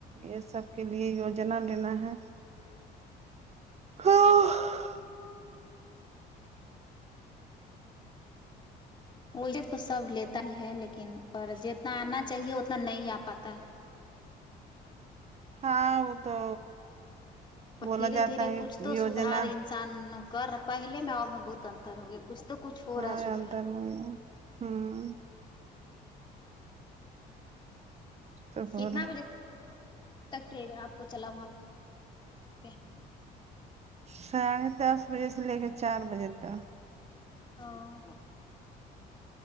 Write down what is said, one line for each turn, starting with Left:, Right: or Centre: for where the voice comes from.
Right: یہ سب کے لیے یوجنا لینا ہے ہاں
Left: وہیے تو سب لیتا ہی ہے لیکن پر جتنا آنا چاہیے اتنا نہیں آ پاتا ہے
Right: ہاں وہ تو بولا
Left: دھیرے
Right: جاتا
Left: دھیر
Right: ہے
Left: کچھ تو
Right: یوجنا
Left: سدھار ان سان کر پہلے میں آؤ میں بہت انتر ہوگیا کچھ تو کچھ ہو
Right: ہاں
Left: رہا ہے سدھار
Right: انتر ہے ہوں تو ہو
Left: کتنا
Right: رہا
Left: بجے تک ٹرین آپ کو چلا وہاں پہ
Right: ساڑھے دس بجے سے لے کے چار بجے تک
Left: ہاں